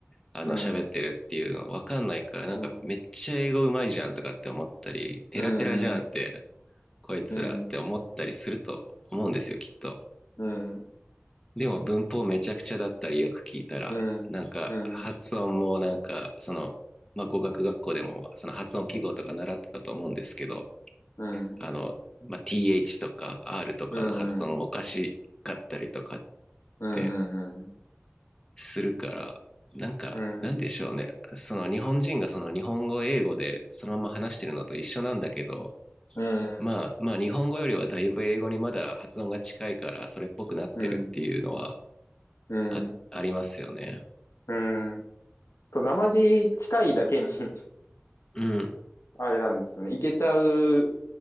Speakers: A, on the left; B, on the left.
A: あの、
B: うん
A: 喋ってるっていうのわかんないから、なんかめっちゃ英語うまいじゃんとかって思ったり、
B: うん
A: ペラペラじゃんって、
B: うんうん
A: こいつらって思ったりすると思うんですよ、
B: うん
A: きっと。
B: うん
A: でも文法めちゃくちゃだったりよく聞いたら、
B: うんうん
A: なんか発音もなんか、その、まあ、語学学校でもその発音記号とか習ってたと思うんですけど、
B: うん
A: あの、まあ、TH とか R とかの発音おかしかったりとかっ
B: うん。うん、
A: て
B: うん、
A: するから、なんか、
B: うん、
A: なんでしょうね。その日本人がその日本語、英語でそのまま話してるのと一緒なんだけど、
B: うん、うん、
A: まあ、まあ日本語よりはだいぶ英語にまだ発音が近いからそれっぽくなってるっていうのは
B: うん、うん、
A: あ、ありますよね。
B: うんと、生地近いだけに <laughs>
A: うん。
B: あれなんですね。いけちゃう、